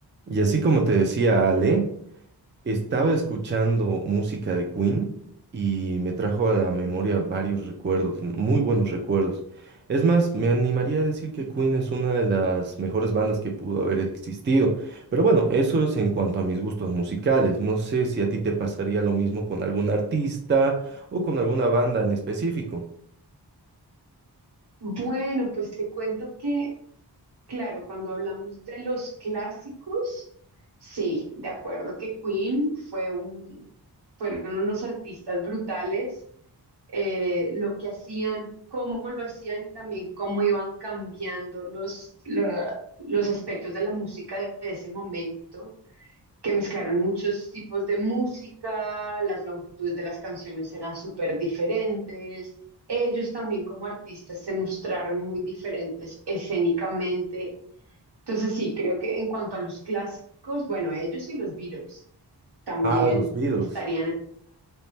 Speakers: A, on the right; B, on the right.
A: Y así como te decía Ale, estaba escuchando música de Queen y me trajo a la memoria varios recuerdos, muy buenos recuerdos. Es más, me animaría a decir que Queen es una de las mejores bandas que pudo haber existido. Pero bueno, eso es en cuanto a mis gustos musicales. No sé si a ti te pasaría lo mismo con algún artista o con alguna banda en específico.
B: Bueno, pues te cuento que, claro, cuando hablamos de los clásicos, sí, de acuerdo que Queen fue un, fueron unos artistas brutales, eh, lo que hacían, cómo lo hacían y también cómo iban cambiando los, la- los aspectos de la música de ese momento que mezclaron muchos tipos de música, las longitudes de las canciones eran súper diferentes. Ellos también como artistas se mostraron muy diferentes escénicamente. Entonces sí, creo que en cuanto a los clásicos, bueno, ellos y los Beatles también
A: Ah, los Beatles.
B: estarían en